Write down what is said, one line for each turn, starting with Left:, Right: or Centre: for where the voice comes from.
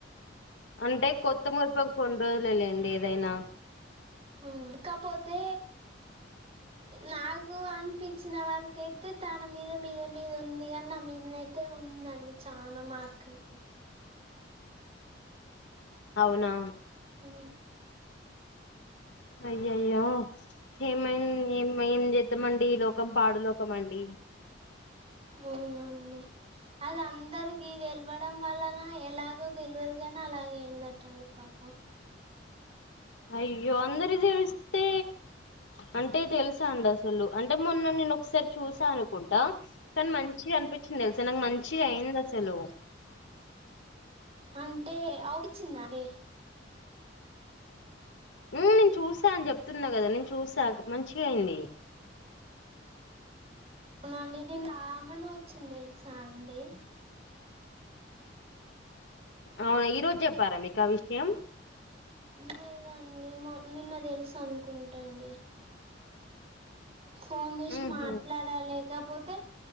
Left: అంటే కొత్తమ ఓ కొన్ని రోజులు లేండి ఏదైనా
Right: హా కాపోతే నాకు అనిపించిన వరకయితే తన మీద మీద మీద ఉంది కాని నా మీద నై తే ఉందండి చానా మాఅక్క కి
Left: అవునా
Right: హ
Left: ఐ యయ్యో ఏమైం ఏం ఏం చేద్దమండి ఈ లోకం పాడు లోకం అండి
Right: అవునండి అది అందరికి తెల్వడం వల్లన ఎలాగో తెల్వదు గాని అలాగైయిందట్టండి పాపం
Left: అయ్యో అందరి కి తెలిస్తే అంటే తెలుసా అండి అసలు అంటే మొన్న నేను ఒకసారి చూసాను అనుకుంటా మంచిగా అనిపించింది తెల్సా నాకు మంచిగా అయింది అసలు
Right: అంటే అవుచ్చిదాండి
Left: ఊ నేను చూసా అని చెప్తున్నా గా నేను చూసా మం చిగ అయింది
Right: అవునండి నేను ఆమనే వచ్చింది తెల్సా అండి
Left: అవును ఈ రోజు చెప్పారా మీకు ఆ విషయం
Right: లేదండి మో నిన్న తెలుసనుకొంటా అండి ఫోన్ చేసి
Left: ఉహు
Right: మాట్లాడ లేకపోతే